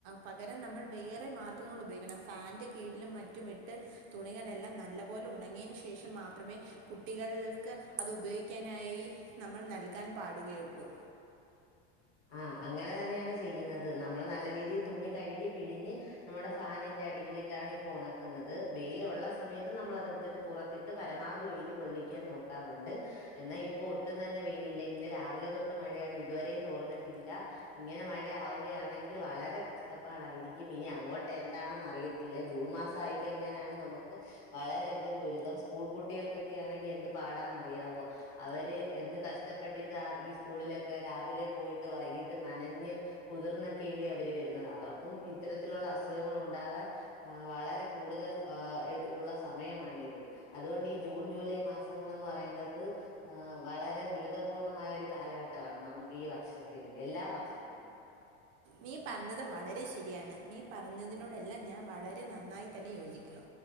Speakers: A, on the right; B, on the left.
A: പകരം നമ്മൾ വേറെ മാർഗങ്ങൾ ഉപയോഗിക്കണം ഫാൻറ് കീഴിലും മറ്റും ഇട്ട് തുണികളെല്ലാം നല്ല പോലെ ഉണങ്ങിയു ശേഷം മാത്രമേ കുട്ടികൾക്ക് അത് ഉപയോഗിക്കാനായി നമ്മൾ നൽകാൻ പാടുകയുള്ളൂ
B: ആഹ് അങ്ങനെ തന്നെയാണ് ചെയ്യുന്നത് നമ്മൾ നല്ല രീതിയിൽ തുണി കഴുകി പിഴിഞ്ഞ് നമ്മുടെ ഫാനിൻന്റെ അടിയിലിട്ടാണ് ഇപ്പൊ ഉണക്കുന്നത് വെയിലൊള്ള സമയത്ത് നമ്മൾ അതെടുത്തിട്ട് പുറത്തിട്ട് പരമാവധി വെയില് കൊള്ളിക്കാൻ നോക്കാറുണ്ട് എന്നാ ഇപ്പോ ഒട്ടും തന്നെ വെയിലില്ല ഇന്ന് രാവിലെ തൊട്ട് മഴയാണ് ഇതുവരെയും തോർന്നി ഇല്ല ഇങ്ങനെ മഴ ആവുകയാണെങ്കിൽ വളരെ കഷ്ടപ്പാടായിരിക്കും ഇനി അങ്ങോട്ട് എന്താണെന്ന് അറിയത്തില്ല ജൂൺ മാസം ആയിക്കഴിഞ്ഞാലാണ് നമുക്ക് വളരെയധികം ദുരിതം സ്കൂൾ കുട്ടികൾക്കൊക്കെ ആണെങ്കിൽ എന്ത് പാടാന്ന്റിയാവോ അവര് എന്ത് കഷ്ടപ്പെട്ടിട്ട് ആ ഈ സ്കൂളിലൊക്കെ രാവിലെ പോയി വൈകിട്ട് നനഞ്ഞ് കുതിർന്നൊക്കെല്ലേ അവർ വരുന്നത് അവർക്കും ഇത്തരത്തിലുള്ള അസുഖങ്ങൾ ഉണ്ടാകാൻ വളരെ കൂടുതൽ ആഹ് ഉള്ള സമയമാണിത് അതുകൊണ്ട് ഈ ജൂൺ ജൂലൈ മാസങ്ങളൾന്ന് പറയുന്നത് വളരെ ദുരിതപൂർണമായ ഒരു കാലഘട്ടമാണ് നമുക്ക് ഈ വർഷത്തു <unintelligible> എല്ലാ വർഷത്തിലും
A: നീ പറഞ്ഞത് വളരെ ശരിയാണ് നീ പറഞ്ഞതിനോടെല്ലാം ഞാൻ വളരെ നന്നായി തന്നെ യോജിക്കുന്നു